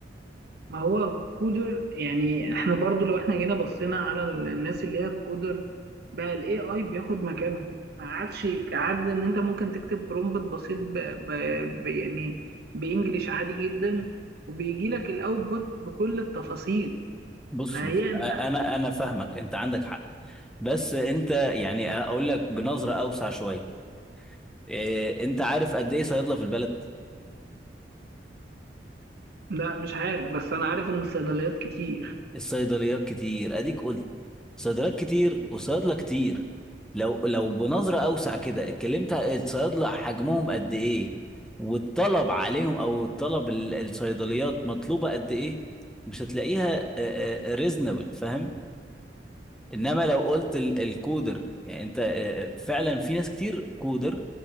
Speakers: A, on the right; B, in the centre.
A: ما هو كودر يعني احنا برضو لو احنا جينا بصينا على ال- الناس اللي هي كودر بقى الاي اي بياخد مكانهم ما عادش عاد ان انت ممكن تكتب برومبت بسيط ب... ب... ب... يعني بانجليش عادي جدا وبيجي لك الاوتبوت بكل التفاصيل
B: بص
A: فهي
B: بص
A: انت
B: أ- انا انا فاهمك انت عندك حق بس انت يعني اقول لك بنظرة اوسع شوية إيه، انت عارف قد ايه صيدلة في البلد
A: لا مش عارف بس انا عارف ان الصيدليات كتير
B: الصيدليات كتير اديك قلت صيدلات كتير وصيادله كتير لو لو بنظره اوسع كده اتكلمت الصيادله حجمهم قد ايه والطلب عليهم او الطلب ال- الصيدليات مطلوبه قد ايه مش هتلاقيها ريزنبل فاهم انما لو قلت ال- الكودر يعني انت آه، فعلا في ناس كتير كودر